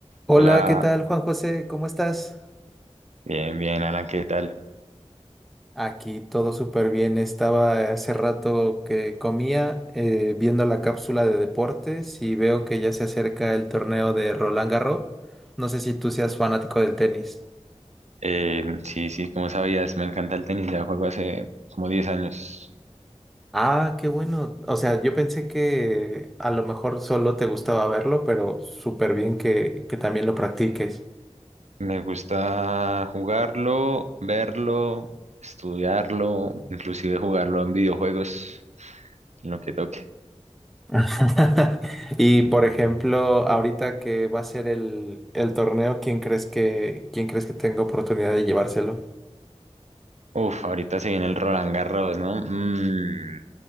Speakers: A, in the centre; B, on the right (about 75°).
A: Hola,
B: Hola,
A: ¿qué tal, Juan José? ¿Cómo estás?
B: bien, bien, Alan, ¿qué tal?
A: Aquí todo súper bien. Estaba hace rato que comía eh, viendo la cápsula de deportes y veo que ya se acerca el torneo de Roland Garros. No sé si tú seas fanático del tenis.
B: Eh, sí, sí, como sabías, me encanta el tenis, ya juego hace como diez años.
A: Ah, qué bueno. O sea, yo pensé que a lo mejor solo te gustaba verlo, pero súper bien que, que también lo practiques.
B: Me gusta jugarlo, verlo, estudiarlo, inclusive jugarlo en videojuegos, en lo que toque.
A: <laughs> Y por ejemplo, ahorita que va a ser el, el torneo, ¿quién crees que, quién crees que tenga oportunidad de llevárselo?
B: Uf, ahorita se viene el Roland Garros, ¿no? Mm,